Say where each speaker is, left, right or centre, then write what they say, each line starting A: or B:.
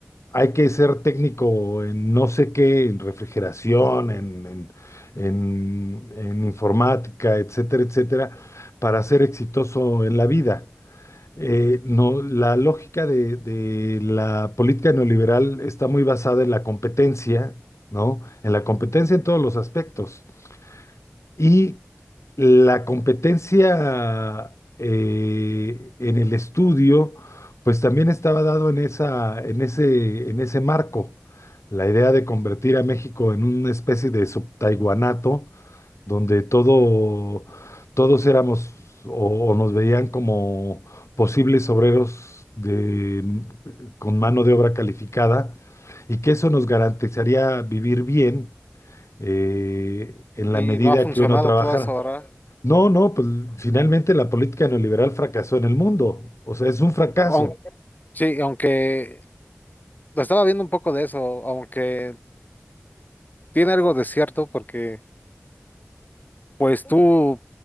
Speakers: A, on the left (about 85°); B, on the left (about 40°).
A: hay que ser técnico en no sé qué, en refrigeración, en, en- en- en informática, etcétera, etcétera, para ser exitoso en la vida. Eh, no, la lógica de, de la política neoliberal está muy basada en la competencia, ¿no? En la competencia en todos los aspectos. Y la competencia eh, en el estudio, pues también estaba dado en esa, en ese, en ese marco. La idea de convertir a México en una especie de subtaiwanato, donde todo, todos éramos o, o nos veían como posibles obreros de, con mano de obra calificada, y que eso nos garantizaría vivir bien eh, en la
B: Y
A: medida
B: no ha funcionado
A: que uno trabajara.
B: todo eso, ¿verdad?
A: No, no, pues finalmente la política neoliberal fracasó en el mundo. O sea, es un fracaso.
B: Aunque, sí, aunque lo estaba viendo un poco de eso, aunque tiene algo de cierto porque... Pues tú